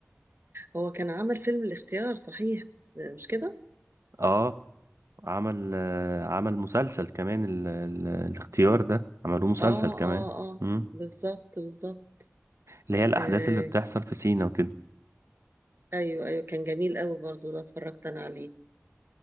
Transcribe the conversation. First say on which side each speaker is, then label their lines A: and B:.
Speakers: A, on the right; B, on the right.
A: هو كان عمل فيلم الاختيار صحيح آه، مش كده؟
B: اه عمل آه، عمل مسلسل كمان ال ال الاختيار ده عملوه مسلسل
A: آه
B: كمان
A: آه آه
B: مم.
A: بالظبط بالظبط
B: اللي هي الاحداث
A: آه
B: اللي بتحصل في سينا وكده
A: أيوه أيوه كان جميل قوي برضو ده اتفرجت أنا عليه